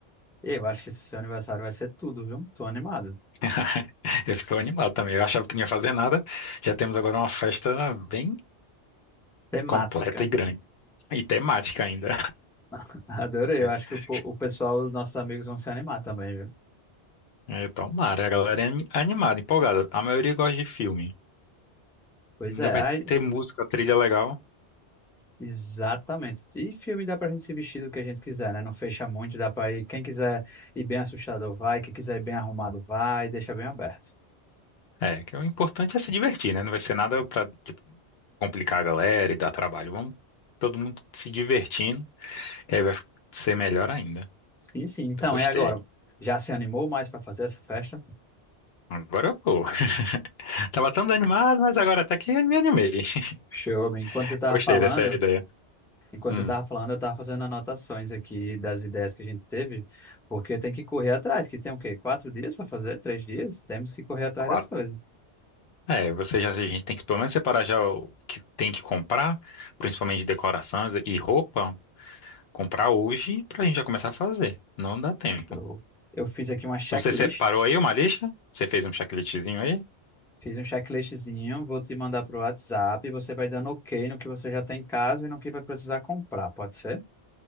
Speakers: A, in the centre; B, on the left (about 70°).
A: Eu acho que esse seu aniversário vai ser tudo, viu? Tô animado.
B: <laughs> Eu estou animado também. Eu achava que não ia fazer nada. Já temos agora uma festa bem
A: Temática.
B: completa e grande. E temática ainda.
A: <laughs> Adorei.
B: <laughs>
A: Eu acho que o, po- o pessoal, nossos amigos, vão se animar também, viu?
B: É, é, tomara. A galera é ani- animada, empolgada. A maioria gosta de filme.
A: Pois
B: Ainda
A: é.
B: vai
A: Aí,
B: ter música, trilha legal.
A: Exatamente. E filme dá pra gente se vestir do que a gente quiser, né? Não fecha muito, dá pra ir. Quem quiser ir bem assustado vai, quem quiser ir bem arrumado vai, deixa bem aberto.
B: É, que o importante é se divertir, né? Não vai ser nada pra, tipo, complicar a galera e dar trabalho. Vamos todo mundo se divertindo, que aí vai ser melhor ainda.
A: Sim, sim. Então,
B: Eu gostei.
A: é agora. Já se animou mais pra fazer essa festa?
B: Agora eu tô. <laughs> Tava tão desanimado, mas agora até que me animei. <laughs>
A: Show, amigo. enquanto você tava
B: Gostei
A: falando,
B: dessa ideia.
A: enquanto
B: Hum.
A: você tava falando, eu tava fazendo anotações aqui das ideias que a gente teve, porque tem que correr atrás, que tem o quê? Quatro dias pra fazer? Três dias? Temos que correr atrás
B: Claro.
A: das coisas.
B: É, você já, a gente tem que pelo menos separar já o que tem que comprar, principalmente de decorações e roupa, comprar hoje pra gente já começar a fazer. Não dá tempo.
A: Show. Eu fiz aqui uma checklist.
B: Então você separou aí uma lista? Você fez um checklistzinho aí?
A: Fiz um checklistzinho, vou te mandar pro WhatsApp. Você vai dando ok no que você já tem em casa e no que vai precisar comprar, pode ser?